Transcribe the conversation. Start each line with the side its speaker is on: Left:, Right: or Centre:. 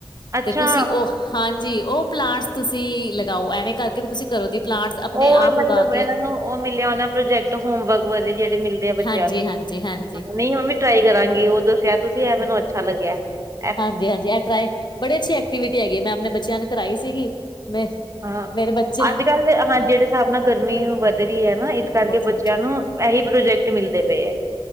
Right: ਅੱਛਾ
Left: ਤੇ ਤੁਸੀਂ ਉਹ ਹਾਂਜੀ ਉਹ ਪਲਾਂਟਸ ਤੁਸੀਂ ਲਗਾਓ ਐਵੇਂ ਕਰਕੇ ਵੀ ਤੁਸੀਂ ਕਰੋ ਦੀ ਪਲਾਂਟਸ ਆਪਣੇ
Right: ਔਹ
Left: ਆਪ
Right: ਮਤਲਬ
Left: ਉਗਾ ਕੇ
Right: ਇਹਨਾਂ ਨੂੰ ਉਹ ਮਿਲਿਆ ਹੋਣਾ ਪ੍ਰੋਜੈਕਟ ਹੋਮਵਰਕ ਬਾਰੇ ਜਿਹੜੇ ਮਿਲਦੇ ਆ ਬੱਚਿਆਂ
Left: ਹਾਂਜੀ,
Right: ਨੂੰ।
Left: ਹਾਂਜੀ, ਹਾਂਜੀ।
Right: ਹਾਂ ਨਈ ਔਵੀ ਟਰਾਈ ਕਰਾਂਗੀ ਉਹ ਦੱਸਿਆ ਤੁਸੀਂ ਐ ਮੈਨੂੰ ਅੱਛਾ ਲੱਗਿਆ ਐ।
Left: ਹਾਂਜੀ-ਹਾਂਜੀ ਇਹ ਟਰਾਏ, ਬੜੀ ਅੱਛੀ ਐਕਟੀਵਿਟੀ ਹੈਗੀ ਏ, ਮੈਂ ਆਪਣੇ ਬੱਚਿਆਂ ਨੂੰ ਕਰਾਈ ਸੀਗੀ ਮੈਂ
Right: ਹਾਂ
Left: ਮੇਰੇ ਬੱਚੇ
Right: ਅੱਜ-ਕੱਲ ਹਾਂ ਜਿਹੜੇ ਹਿਸਾਬ ਨਾਲ ਗਰਮੀ ਵੱਧ ਰਹੀ ਐ ਨਾ ਇਸ ਕਰਕੇ
Left: ਹੋਰ ਸੁਣਾ,
Right: ਬੱਚਿਆਂ ਨੂੰ ਇਹੀ ਪ੍ਰੋਜੈਕਟ ਮਿਲਦੇ ਪਏ ਐ।